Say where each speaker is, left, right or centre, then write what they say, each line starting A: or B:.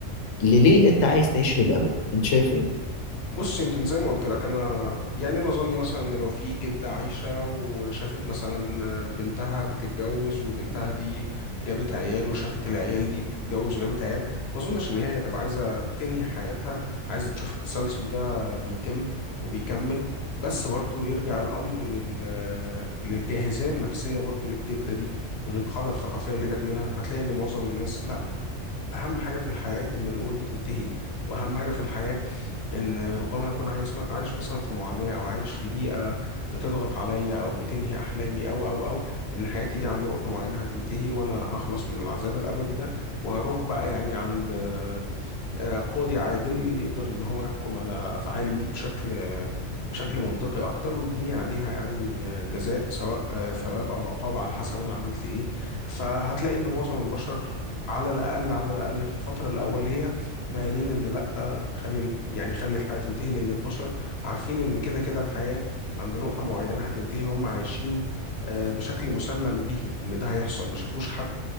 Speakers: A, on the left (about 80°); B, on the left (about 60°).
A: لليه أنت عايز تعيش للأبد أنت شايف إيه؟
B: بص يمكن زي ما قلت لك انا يعني انا ظني مثلا ان لو في جده عايشه وشافت مثلا بنتها بتتجوز وبنتها دي جابت عيال وشافت العيال دي بتتجوز وجابت عيال ما اظنش ان هي هتبقى عايزه تنهي حياتها عايزه تشوف التسلسل ده بيتم وبيكمل بس برضو يرجع الامر لل للجاهزيه النفسيه برضو للجده دي وللقاعده الثقافيه اللي جت منها هتلاقي ان معظم الناس لا اهم حاجه في الحياه ان الامور بتنتهي واهم حاجه في الحياه ان ربما انا اكون عايش عايش مثلا في معاناه او عايش في بيئه بتضغط عليا او بتنهي احلامي او او او ان حياتي دي عند نقطه معينه هتنتهي وانا هخلص من العذاب الابدي ده وهروح بقى يعني عند آه، قاضي عادل يقدر ان هو يحكم على افعالي دي بشكل آه، بشكل منطقي اكتر ويديني عليها يعني آه، جزاء سواء آه، ثواب او عقاب على حسب انا عملت ايه فهتلاقي ان معظم البشر على الاقل على الاقل في الفتره الاوليه مايلين ان لا آه، خلي الب- يعني خلي الحياه تنتهي لان البشر عارفين ان كده كده الحياه عند نقطه معينه هتنتهي وهم عايشين آه، بشكل مسلم به ان ده هيحصل ما شافوش حد